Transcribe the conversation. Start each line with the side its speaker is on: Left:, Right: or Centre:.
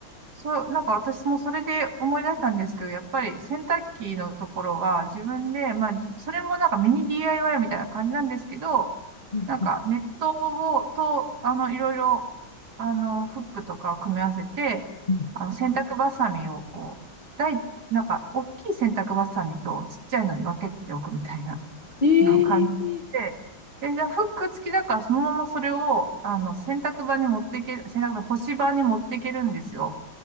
Right: そう、なんか私もそれで思い出したんですけど、やっぱり洗濯機のところは自分で、まあ、じそれもなんかミニ DIY みたいな感じなんですけど、
Left: うんうん
Right: なんかネットを、と、あの、いろいろ、あの、フックとかを組み合わせて、
Left: うん。
Right: あの、洗濯バサミをこう、大、なんか、大きい洗濯バサミとちっちゃいのに分けておくみたいな。
Left: ええ
Right: の感じで、で、じゃあフック付きだからそのままそれを、あの、洗濯場に持っていける、洗濯場、干し場に持っていけるんですよ。